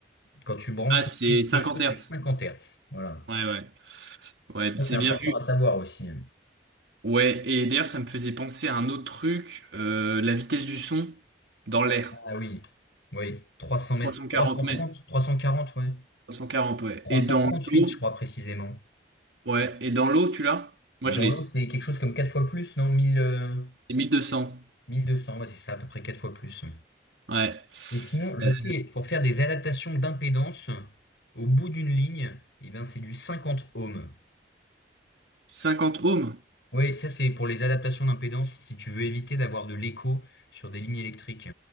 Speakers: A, on the left; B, on the right.
A: quand tu branches
B: Ah, c'est
A: les
B: 50
A: choses,
B: Hz.
A: c'est 50 Hertz. Voilà.
B: Ouais, ouais. Ouais,
A: Ça,
B: c'est
A: c'est important
B: bien vu.
A: à savoir aussi.
B: Ouais, et d'ailleurs, ça me faisait penser à un autre truc, euh, la vitesse du son dans l'air.
A: Ah oui. Oui, 300
B: 340
A: mètres, 330,
B: mètres.
A: 340, ouais.
B: 340, ouais.
A: 338,
B: Et dans l'eau,
A: je crois précisément.
B: ouais. Et dans l'eau, tu l'as? Moi,
A: Et
B: je
A: dans
B: l'ai.
A: l'eau, c'est quelque chose comme 4 fois plus, non? 1000, euh,
B: C'est 1200.
A: 1200, ouais, c'est ça, à peu près 4 fois plus.
B: Ouais.
A: Et sinon, je
B: Euh,
A: sais, pour faire des adaptations d'impédance, au bout d'une ligne, eh bien, c'est du 50 ohms.
B: 50 ohms.
A: Oui, ça c'est pour les adaptations d'impédance, si tu veux éviter d'avoir de l'écho sur des lignes électriques.